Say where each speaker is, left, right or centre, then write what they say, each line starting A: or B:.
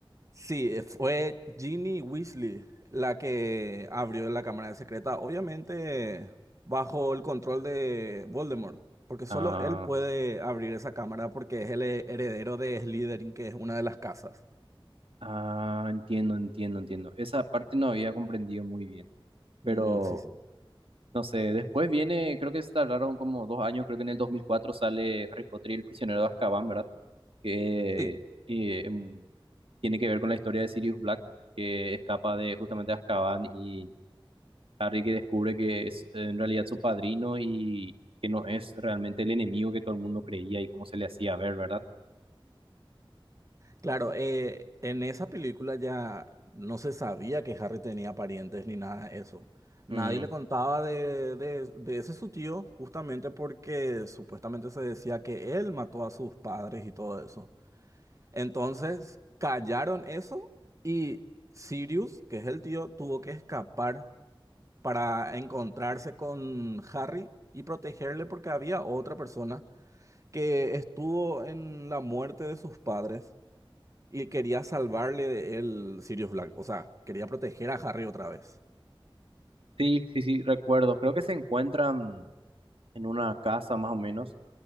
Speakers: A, on the right; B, on the right.
A: Sí, eh, fue Ginny Weasley la que abrió la cámara secreta, obviamente bajo el control de Voldemort, porque solo
B: Ah,
A: él puede abrir esa cámara porque es el heredero de Slytherin, que es una de las casas.
B: ah, entiendo, entiendo, entiendo. Esa parte no había comprendido muy bien,
A: Mm,
B: pero
A: sí, sí.
B: no sé, después viene, creo que se tardaron como dos años, creo que en el 2004 sale Harry Potter y el prisionero de Azkaban, ¿verdad? Que
A: Sí, Eh,
B: eh, tiene que ver con la historia de Sirius Black, que escapa de justamente Azkaban y Harry que descubre que es en realidad su padrino y que no es realmente el enemigo que todo el mundo creía y cómo se le hacía ver, ¿verdad?
A: claro, eh, en esa película ya no se sabía que Harry tenía parientes ni nada de eso. Nadie
B: Mm,
A: le contaba de, de, de ese su tío, justamente porque supuestamente se decía que él mató a sus padres y todo eso. Entonces callaron eso y Sirius, que es el tío, tuvo que escapar para encontrarse con Harry y protegerle porque había otra persona que estuvo en la muerte de sus padres y quería salvarle de él, Sirius Black. O sea, quería proteger a Harry otra vez.
B: Sí, sí, sí, recuerdo. Creo que se encuentran en una casa más o menos.